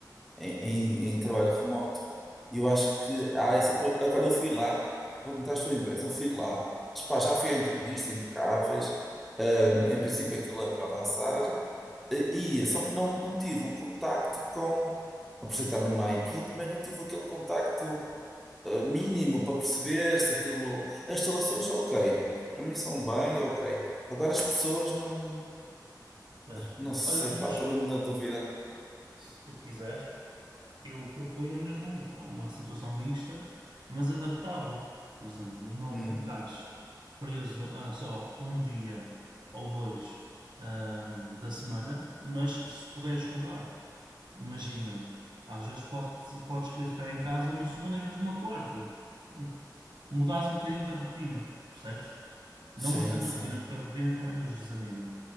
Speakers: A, in the centre; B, on the right (about 80°).
A: em, em, em trabalho remoto. E eu acho que há essa. pro- Agora, eu fui lá, perguntaste à sua empresa, eu fui lá, pá, já fui à entrevista, impecáveis, hum, em princípio aquilo é para avançar, eh, e ia, só que não, não tive o contacto com. apresentar-me à equipa, mas não tive aquele contacto. eh, Mínimo para perceber se aquilo. As instalações, ok. Para mim são bem, ok. Agora as pessoas não.
B: Mas,
A: Não sei,
B: olha, mas
A: pá, estou mesmo na dúvida.
B: se tu quiseres, eu propunha mesmo uma situação mista, mas adaptável. Por exemplo, não
A: Hum,
B: ficares preso a só um dia ou dois ahm, da semana, mas se puderes rodar, imagina, às vezes pode, podes querer ficar em casa uma segunda em vez de uma quarta. Pronto. Mudares um bocadinho da rotina, percebes? Não
A: sim,
B: mantens
A: sim.
B: a rotina, porque a rotina também nos desanima.